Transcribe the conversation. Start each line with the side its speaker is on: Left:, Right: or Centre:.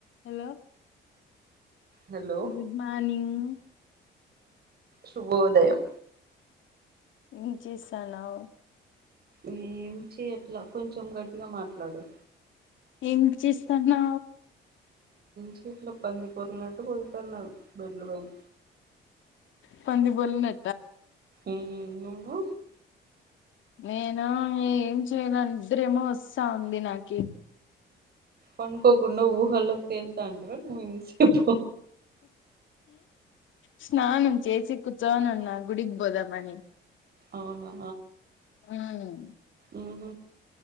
Left: హలో
Right: హలో
Left: గుడ్ మార్నింగ్
Right: సుభోదయం
Left: ఏం చేసానువు
Right: ఏంచి ఎట్లా కొంచెం గట్టిగా మాట్లాడు
Left: ఏం చేస్తాన్నా
Right: చోట్ల పంది పరలనట్టు పలుతున్నా బీడ్లు పైన్
Left: పది బల్నా
Right: ఉమ్ నువ్వు
Left: నేను ఏం చేయలేందరేమో వస్తా ఉంది నాకి
Right: పనుకోకుండా ఊహల్లో తేలుతా అంటవా నువ్వు ఇంతసేపు
Left: స్నానం చేసి కుచోనన్న గుడిగబోదామ్మనీ
Right: అవునా
Left: హమ్
Right: ఆహ